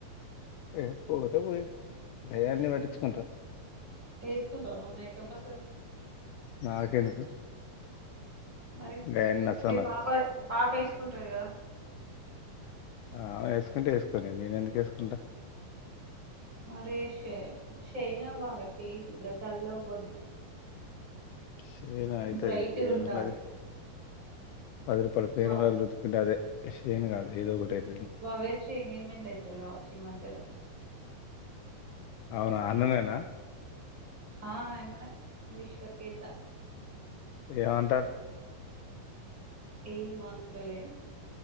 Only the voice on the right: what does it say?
వేసుకుంటావా మేకప్ అసలు
మరి
మీ
పాప పాప వేసుకుంటది కదా
మరే ష షైన్ అవ్వాలి ఫేస్ ఇట్లా డల్ అవ్వద్దు
బ్రైట్గా ఉండాలి
బా
వా వేస్టే యి ఎంగేజ్మెంట్ అయితది కావచ్చు ఈ మధ్యలో
ఆ ఆయననే విశ్వకేతన్
ఏమ్ అంటాలే